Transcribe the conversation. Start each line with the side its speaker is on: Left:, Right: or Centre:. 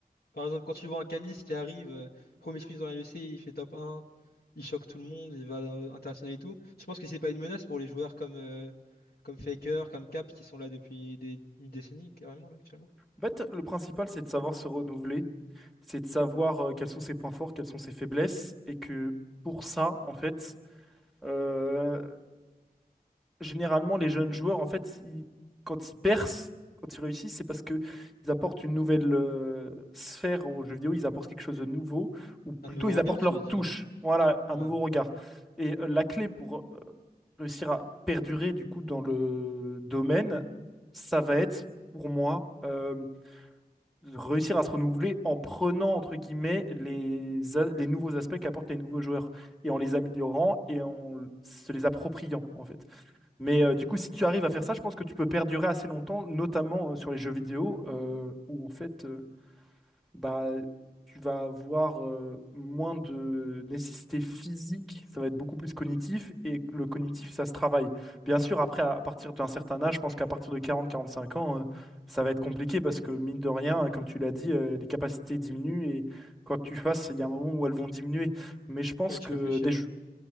Left: Par exemple, quand tu vois un Calice qui arrive, euh, premier sprint dans l'UFC, il fait top un, il choque tout le monde, il va euh, international et tout. Je pense que c'est pas une menace pour les joueurs comme, euh, comme Faker, comme Cap, qui sont là depuis des, une décennie, carrément, là, actuellement.
Centre: En fait, le principal, c'est de savoir se renouveler, c'est de savoir euh, quels sont ses points forts, quelles sont ses faiblesses, et que pour ça, en fait, euh, généralement, les jeunes joueurs, en fait, ils- quand ils percent, quand ils réussissent, c'est parce que ils apportent une nouvelle euh, sphère aux jeux vidéo, ils apportent quelque chose de nouveau, ou
Left: Un
Centre: plutôt
Left: nouveau
Centre: ils
Left: regard,
Centre: apportent
Left: tu
Centre: leur
Left: veux dire,
Centre: touche,
Left: ouais.
Centre: voilà, un nouveau
Left: Ouais.
Centre: regard. Et euh, la clé pour euh, réussir à perdurer, du coup, dans le domaine, ça va être, pour moi, euh, réussir à se renouveler en prenant, entre guillemets, les, a- les nouveaux aspects qu'apportent les nouveaux joueurs, et en les améliorant et en se les appropriant, en fait. Mais euh, du coup, si tu arrives à faire ça, je pense que tu peux perdurer assez longtemps, notamment euh, sur les jeux vidéo, euh, où en fait, euh, bah, tu vas avoir euh, moins de nécessité physique, ça va être beaucoup plus cognitif, et le cognitif, ça se travaille. Bien sûr, après, à, à partir d'un certain âge, je pense qu'à partir de 40-45 ans, euh, ça va être compliqué parce que, mine de rien, euh, comme tu l'as dit, euh, les capacités diminuent, et quoi que tu fasses, il y a un moment où elles vont diminuer. Mais je pense
Left: Là, tu
Centre: que
Left: peux plus chier.
Centre: des, jeux-